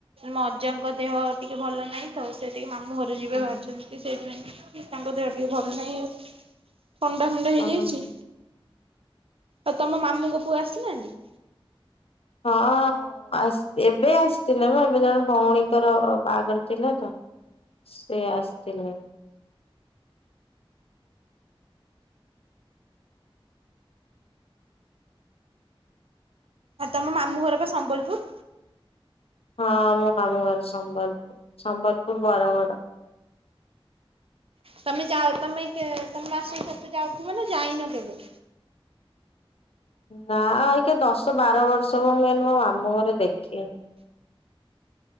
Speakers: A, on the right; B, on the left.
A: ମୋ ଅଜାଙ୍କ ଦେହ ଟିକେ ଭଲ ନାହିଁ ତ ସେ ଟିକେ ମାମୁଁ ଘର କୁ ଯିବେ
B: ଓହୋ
A: ବାହାରିଛନ୍ତି ସେଇଥିପାଇ ତାଙ୍କ ଦେହ ଟିକେ ଭଲ ନାହିଁ ଆଉ। ଥଣ୍ଡା ଫଣ୍ଡା ହେଇଯାଇଛି।
B: ହଁ।
A: ଆଉ ତମ ମାମୁଙ୍କ ପୁଅ ଆସିନାହାନ୍ତି।
B: ହଁ ଆଶ୍ ଏବେ ଆସିଥିଲେ ମୁଁ ଏବେ ଜଣେ ଭଉଣୀଙ୍କର ବାହାଘର ଥିଲା ତ। ସେ ଆସିଥିଲେ।
A: ଆଉ ତମ ମାମୁ ଘର ବା ସମ୍ବଲପୁର।
B: ହଁ ମୋ ମାମୁ ଘର ସମ୍ବଲପୁର ସମ୍ବଲପୁର ବରଗଡ।
A: ତମେ ଯାଅ ତମେ କେ ତମ ଆସ କେତେ ଯାଉଥିବ ନା ଯାଇନ କେବେ।
B: ନା ଆ ଆଉ କିଏ ଦଶ ବାର ବର୍ଷ ମୁ ମୁ ମୋ ମାମୁଁ ଘର ଦେଖେନି।